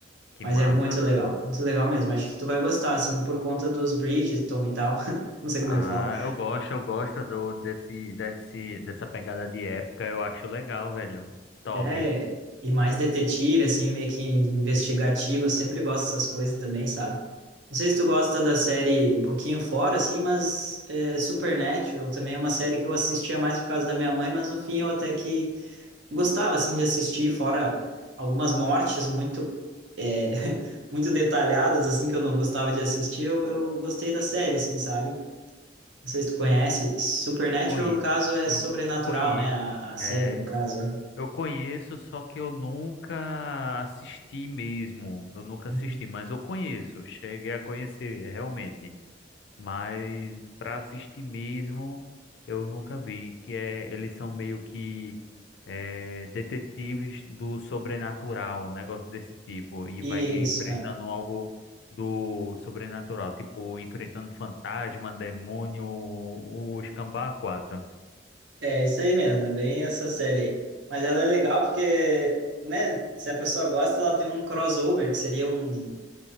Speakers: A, on the left; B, on the right.
A: que
B: Mas
A: massa.
B: é muito legal, muito legal mesmo. Acho que tu vai gostar, assim, por conta dos Bridgerton e tal. <laughs> Não sei
A: Ah,
B: como é que fala.
A: eu gosto, eu gosto do desse desse dessa pegada de época, eu acho legal, velho. Top.
B: É, e mais detetive, assim, meio que investigativo, eu sempre gosto dessas coisas também, sabe? Não sei se tu gosta da série um pouquinho fora, assim, mas é, Supernatural também é uma série que eu assistia mais por causa da minha mãe, mas no fim eu até que gostava, assim, de assistir, fora algumas mortes muito, é, <laughs> muito detalhadas, assim, que eu não gostava de assistir, eu, eu gostei da série, assim, sabe? Não sei se tu conhece. Supernatural,
A: Conhe
B: no caso, é
A: eu
B: sobrenatural,
A: conheço.
B: né? A, a série,
A: É,
B: no caso,
A: eu conheço, só que eu nunca assisti mesmo. Eu nunca
B: é.
A: assisti, mas eu conheço, cheguei a conhecer realmente. mas para assistir mesmo eu nunca vi, que é eles são meio que é, detetives do sobrenatural, um negócio desse tipo, e
B: Isso,
A: vai enfrentando
B: é.
A: algo do sobrenatural, tipo enfrentando fantasma, demônio, o escambau a quatro.
B: É isso aí mesmo, é bem essa série aí. Mas ela é legal porque, né, se a pessoa gosta, ela tem um crossover, que seria um,